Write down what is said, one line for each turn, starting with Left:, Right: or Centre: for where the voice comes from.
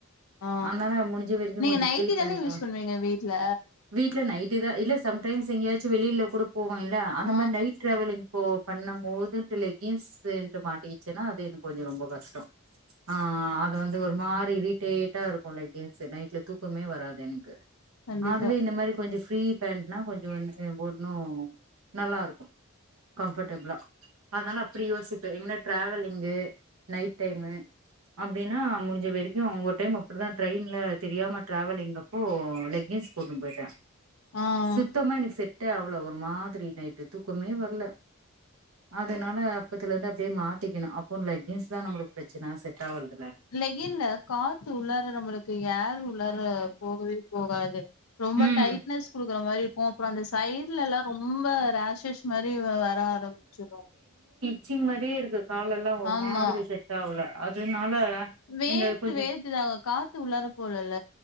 Left: ஆ
Right: ஆனால நா முடிஞ்ச வரிக்கு
Left: நீங்க
Right: கொஞ்சோ
Left: நைட்டி
Right: ஃப்ரீ பேண்டா
Left: தானே யூஸ் பண்ணுவீங்க வீட்ல
Right: வீடல நைட்டி தா இல்ல சம்டைம்ஸ் எங்கியாச் த்து வெளியில கொடு போவ இல்ல அந்த
Left: ஆ
Right: மாரி நைட் ட்ராவலிங் இப்போ பண்ணம் போதுன்ட்டு லெக்கின்ஸ்ட்டு மாட்டிச்கிச்சன்னா அது எனக்கு கொஞ்சம ரொம்ப கஷ்டோ ஆ அது வந்து ஒரு மாரி வீட் டேட்டா இருக்கு லைக் கேன்ஸ் நைட்ல தூக்கமே வராது எனக்கு
Left: கண்டிப்பா
Right: அதுவே இந்த மாரி கொஞ்சோ ஃப்ரீ பேண்ட்னா கொஞ்சோ வந்து ஒன்னு நல்லா இருக்கு கம்ஃபர்ட்டபிளா அனால அப்பிடி யோசிப்பே எங்கன்னா டிராவிலிங்கு நைட் டைமு அப்பிடின்னா முடிஞ்ச வரைக்கு ஒரு டைம் அப்பிடிதா ட்ரெயின்ல தெரியாம டிராவலிங்க் அப்போ லெக்கின்ஸ் போட்டுனு போயிட்டே
Left: ஆ
Right: சித்தமா எனக்கு செ ட்டு அவ்வளவு ஒரு மாதிரி நைட்டு தூ க்குமே வரல அதனால இப்பத்துலந்து அப்டி மாட்டிக்கணு அப்போ லக்கின்ஸ் தா நமக்கு பிரச்சன செட் ஆகல
Left: லெக்கின்னு காத்து உள்ளற நம்மளுக்கு யேரு உள்ளற போகவே போகாது ரொம்ப
Right: ம்
Left: டைட்னஸ் கொடுக்குற மாரி இருக்கு அப்புறோ அந்த சைட்லல்லா ரொம்ப ராஷஸ் மாரி ரி வர ஆரம்பிச்சிரு
Right: ச்சிங் மாரியே இருக்கு கால எல்லா ஒரு
Left: ஆமா
Right: மாதிரி செட் ஆவல அதனால
Left: வேர்த்து
Right: இந்த கொஞ்சோ
Left: வேத்ததாக காத்து உளார போலல